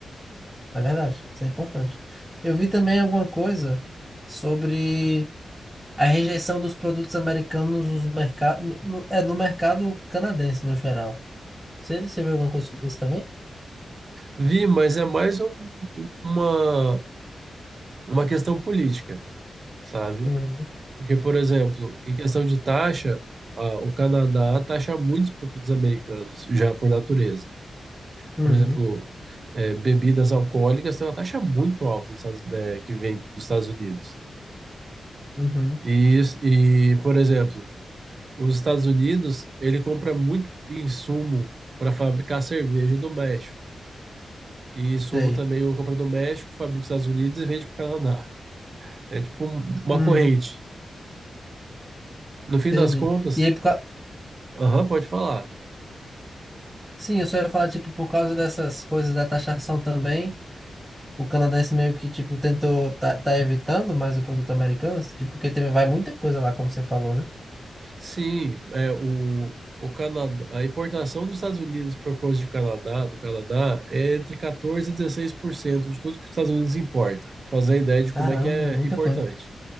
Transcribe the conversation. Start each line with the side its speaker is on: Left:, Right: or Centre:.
Centre: É verdade, isso é importante. Eu vi também alguma coisa sobre a rejeição dos produtos americanos nos mercados, no, no- é, no mercado canadense no geral. Você, você viu alguma coisa sobre isso também?
Right: Vi, mas é mais um- uma, uma questão política, sabe?
Centre: Uhum,
Right: Porque, por exemplo, em questão de taxa, ah, o Canadá taxa muitos produtos americanos, já por natureza.
Centre: uhum,
Right: por exemplo, é, bebidas alcoólicas tem uma taxa muito alta dos Estados- é, que vem dos Estados Unidos.
Centre: uhum,
Right: E, isso- e, por exemplo, os Estados Unidos, ele compra muito insumo para fabricar cerveja do México. E insumo
Centre: sei.
Right: também o compra do México, fabrica nos Estados Unidos e vende para o Canadá. É tipo um- uma
Centre: Uhum,
Right: corrente. No fim
Centre: entendi.
Right: das contas,
Centre: E aí, por causa.
Right: aham, pode falar.
Centre: Sim, eu só ia falar, tipo, por causa dessas coisas da taxação também. O canadense meio que, tipo, tentou, tá, tá evitando mais o produto americano, tipo, porque teve, vai muita coisa lá, como você falou, né?
Right: Sim, é, o, o Canadá, a importação dos Estados Unidos para coisa de Canadá, do Canadá é entre 14 e 16% de tudo que os Estados Unidos importa. Pra Fazer a ideia de como
Centre: Caramba,
Right: é que é
Centre: é muita
Right: importante.
Centre: coisa.